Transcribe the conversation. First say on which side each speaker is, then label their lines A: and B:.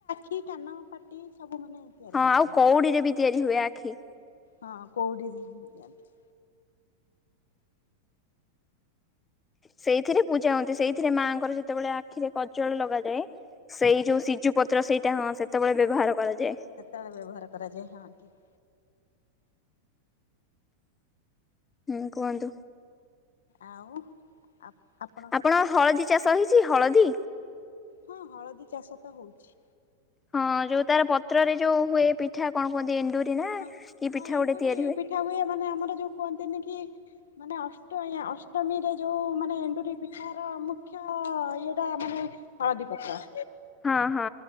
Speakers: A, on the left (about 65°); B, on the left (about 15°).
A: କି କାନ ପାଟି ସବୁ ମାନେ ତିଆରି
B: ହଁ
A: କରାଯାଏ
B: ଆଉ କଉଡିରେ ବି ତିଆରି ହୁଏ ଆଖି।
A: ହଁ କଉଡି ନ୍ତି
B: ସେଇଥିରେ ପୂଜା ହୁଅ ନ୍ତି ସେଇଥିରେ ମାଆଙ୍କର ଯେତେବେଳେ ଆଖିରେ କଜଳ ଲଗାଯାଏ। ସେଇ ଯୋଉ ସିଜୁ ପତ୍ର ସେଇଟା ହଁ ସେତେବେଳେ ବ୍ୟବହାର କରାଯାଏ।
A: ସେତେବେଳେ ବ୍ୟବହାର କରାଯାଏ ହଁ ଠିକ୍।
B: ହୁଁ କୁହନ୍ତୁ?
A: ଆଉ ଆ ଆପଣ
B: ଆପଣ ହଳଦୀ ଚାଷ ହେଇଛି ହଳଦୀ?
A: ହଁ ହଳଦୀ ଚାଷ ତ ହଉଛି।
B: ହଁ ଯୋଉ ତାର ପତ୍ରରେ ଯୋଉ ହୁଏ ପିଠା କଣ କୁହନ୍ତି ଏଣ୍ଡୁରି ନା
A: ହଁ
B: କି
A: ହଁ
B: ପିଠା
A: ଏଣ୍ଡୁରି
B: ଗୋଟେ ତିଆରି ହୁଏ?
A: ପିଠା ହୁଏ ମାନେ ଆମର ଯୋଉ କୁହନ୍ତିନି କି? ମାନେ ଅଷ୍ଟ ଅଷ୍ଟମୀରେ ଯୋଉଁ ମାନେ ଏଣ୍ଡୁରି ପିଠାର ମୁଖ୍ୟ ଇଏଟା ମାନେ ହଳଦୀ ପତ୍ର।
B: ହଁ ହଁ